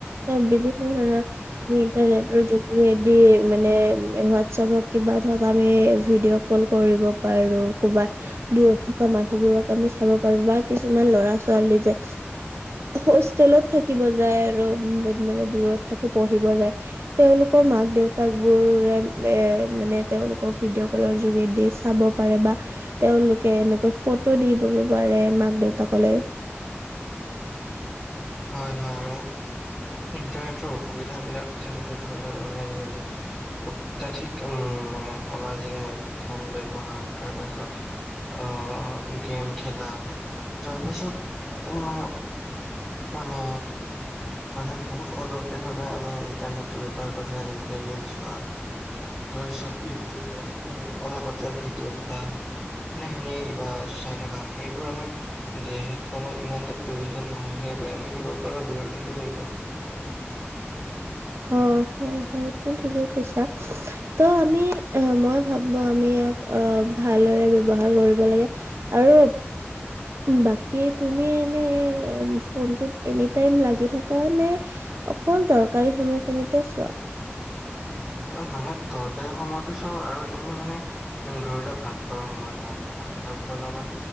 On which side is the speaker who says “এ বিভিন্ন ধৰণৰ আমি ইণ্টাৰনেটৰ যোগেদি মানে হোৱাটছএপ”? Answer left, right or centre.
Right